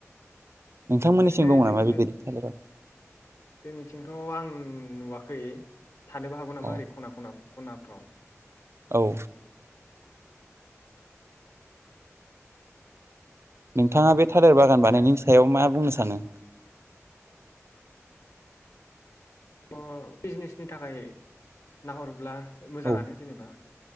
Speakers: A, on the right; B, on the left.
A: नोंथांमोननिसिम
B: ओरैनो
A: दङ
B: जेनबा
A: नामा बेबायदि
B: बे
A: थालिरा
B: जोंनिथिंथ' आं नुवाखै थानोबो हागौ नामा
A: अ
B: ओरै खना खना खनाफ्राव
A: औ नोंथाङा बे थालेर बागान बानायनायनि सायाव मा बुंनो सानो?
B: अ बिजनेसनि थाखाय नाहरोब्ला मोजाङानो
A: औ
B: जेनेबा